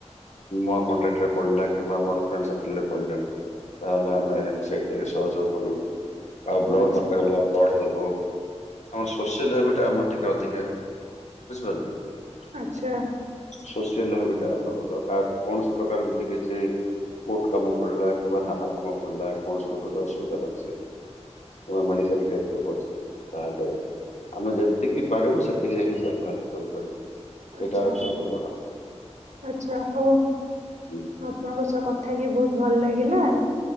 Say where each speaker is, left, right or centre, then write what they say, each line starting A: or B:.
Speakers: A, on the left (about 75°); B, on the right (about 85°).
A: ମୋ କଣ୍ଟାକ୍ଟରେ ପଡିଲା କିମ୍ବା ମୋର ଫ୍ରେଣ୍ଡ ସର୍କଲ ରେ ପଡିଲା ତାହେଲେ ଆମେ ସେଇଟି ଯାଇକି ସହଯୋଗ କରୁ, ଆଉ ବ୍ଲଡ
B: ଆଚ୍ଛା
A: ଦରକାର ହେଲା ବ୍ଲଡ୍ ଦବୁ, ଆମ ସୋସିଆଲ ହେବିଟା ଆମର ଟିକେ ଅଧିକା ବୁଝିପାରିଲେ।
B: ଆଛା।
A: ସୋସିଆଲ୍ ହବିଟା ଆମର ଭଲ, କାହାକୁ କୌଣସି ପ୍ରକାର ଯଦ କିଛି କୋର୍ଟ କାମ ପଡିଲା କିମ୍ବା ଥାନା କାମ ପଡିଲା କୌଣସି ଲୋକଟି ଅସୁବିଧାରେ ଅଛି କିମ୍ବା ମଡ଼ିକେଲ୍ କେସରେ ପଡିଚି ତାହେଲେ ଆମେ ଯେତିକି ପାରିବୁ ସେତିକି ଯାଇକି ତାକୁ ହେଲ୍ପ କରିପାରିବୁ।
B: ଆଚ୍ଛା
A: ସେଇଟା ହଉଛି ଆମର <unintelligible>
B: ଆଚ୍ଛା ହଉ
A: ହୁଁ।
B: ଆପଣଙ୍କ ସହ କ ଥା ହେଇକିି ବହୁତ୍ ଭଲ୍ ଲାଗିଲା